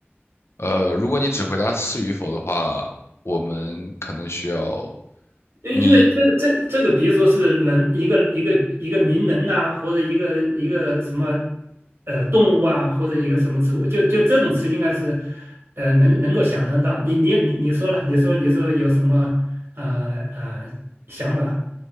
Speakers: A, on the left (about 85°); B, on the right (about 70°).
A: 呃，如果你只回答是与否的话，我们可能需要
B: 因因为这个这这个，
A: 你。
B: 比如说是人一个一个一个名人呐、或者一个一个什么呃动物啊，或者一个什么植物，就就这种词应该是呃能能够想象到。你你你你说了，你说你说有什么呃呃想法